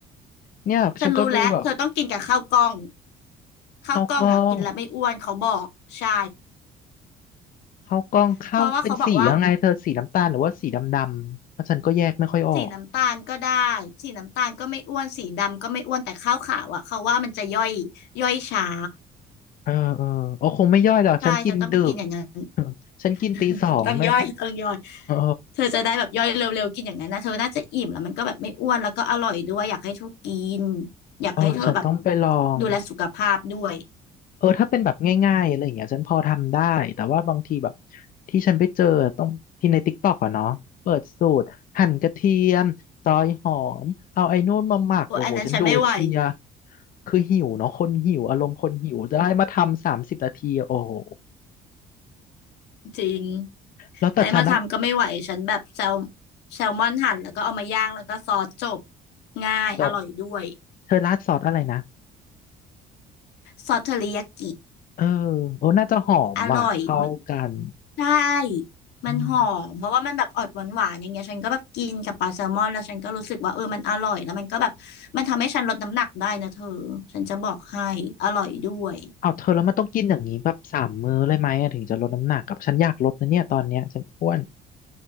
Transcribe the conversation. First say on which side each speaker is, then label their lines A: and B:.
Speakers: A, on the left (about 55°); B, on the left (about 80°).
A: เนี่ยฉันก็ดูแบบ
B: ฉันรู้แล้วเธอต้องกินกับข้าวกล้องข้าวกล้องอ่ะกินแล้วไม่อ้วนเขาบอกใช่
A: ข้าวกล้องข้าวกล้องข้าวเป็นสียังไงเธอสีน้ำตาลหรือว่าสีดำดำเพราะฉันก็แยกไม่ค่อยออก
B: เพราะว่าเขาบอกว่า สีน้ำตาลก็ได้สีน้ำตาลก็ไม่อ้วนสีดำก็ไม่อ้วนแต่ข้าวขาวอ่ะเขาว่ามันจะย่อยย่อยช้า
A: เออเออเออคงไม่ย่อยหรอกฉันกินดึก
B: ใช่เธอต้องไปกินอย่างนั้น
A: <laughs> ฉันกินตีสองไม่นะ
B: <laughs> ต้องย่อยต้องย่อย
A: เออ
B: เธอจะได้แบบย่อยเร็วๆกินอย่างนั้นนะเธอน่าจะอิ่มแล้วมันก็แบบไม่อ้วนแล้วก็อร่อยด้วยอยากให้เธอกินอยากให้เธอแบบ
A: เออฉันต้องไปลอง
B: ดูแลสุขภาพด้วย
A: เออถ้าเป็นแบบง่ายๆอะไรอย่างเงี้ยฉันพอทำได้แต่ว่าบางทีแบบที่ฉันไปเจอต้องที่ในติ๊กต็อกอะเนาะเปิดสูตรหั่นกระเทียมซอยหอมเอาไอ้นู่นมาหมักโอ้โหฉันดูแล้วเพลีย
B: โอ้ยอันนั้นฉันไม่ไหว
A: คือหิวเนาะคนหิวอารมณ์คนหิวจะให้มาทำสามสิบนาทีโอ้โห
B: จริง
A: แล้วแต่ฉันนะ
B: ให้มาทำก็ไม่ไหวฉันแบบแซลแซลมอนหั่นแล้วก็เอามาย่างแล้วก็ซอสจบง่ายอร่อยด้วย
A: จบเธอราดซอสอะไรนะ
B: ซอสเทอริยากิ
A: เออโอ้น่าจะหอมว่ะเข้ากัน
B: อร่อยมันใช่
A: อืม
B: มันหอมเพราะว่ามันแบบออกหวานหวานอย่างเงี้ยฉันก็แบบกินกับปลาแซลมอนแล้วฉันก็รู้สึกว่าเออมันอร่อยแล้วมันก็แบบมันทำให้ฉันลดน้ำหนักได้นะเธอฉันจะบอกให้อร่อยด้วย
A: เอาเธอแล้วมันต้องกินอย่างนี้แบบสามมื้อเลยไหมอะถึงจะลดน้ำหนักกับฉันอยากลดนะเนี่ยตอนเนี้ยฉันอ้วน